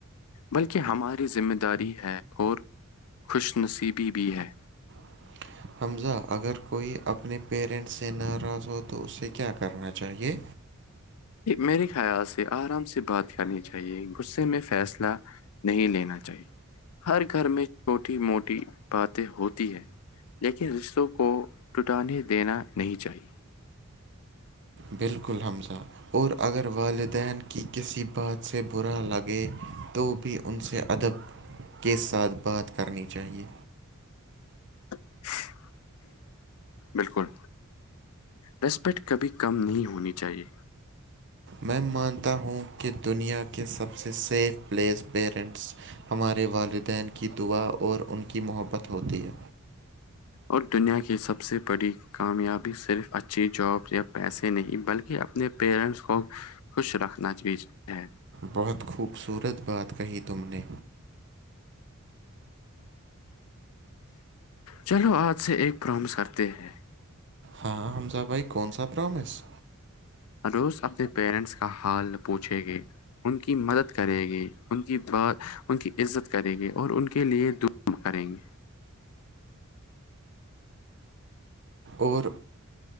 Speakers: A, on the left; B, on the right.
A: بلکہ ہماری ذمہ داری ہے اور خوش نصیبی بھی ہے
B: <inaudible> حمزہ اگر کوئی اپنے پیرنٹس سے ناراض ہو تو اسے کیا کرنا چاہیے
A: میرے خیال سے آرام سے بات کرنی چاہیے غصے میں فیصلہ نہیں لینا چاہیے ہر گھر میں چھوٹی موٹی باتیں ہوتی ہے لیکن رشتوں کو ٹٹانے دینا نہیں چاہیے
B: بالکل حمزہ اور اگر والدین کی کسی بات سے برا لگے تو بھی ان سے ادب کے ساتھ بات کرنی چاہیے
A: <inaudible> بالکل ریسپیکٹ کبھی کم نہیں ہونی چاہیے
B: میں مانتا ہوں کہ دنیا کے سب سے سیف پلیس پیرنٹس ہمارے والدین کی دعا اور ان کی محبت ہوتی ہے
A: اور دنیا کی سب سے بڑی کامیابی صرف اچھی جاب یا پیسے نہیں بلکہ اپنے پیرنٹس کو خوش رکھنا چی ہے
B: بہت خوبصورت بات کہی تم نے
A: چلو آج سے ایک پرامس کرتے ہیں
B: ہاں حمزا بھائی کون سا پرامس
A: روز اپنے پیرنٹس کا حال پوچھیں گے ان کی مدد کرے گی ان کی ب ان کی عزت کرے گی اور ان کے لیے دو کریں گے
B: اور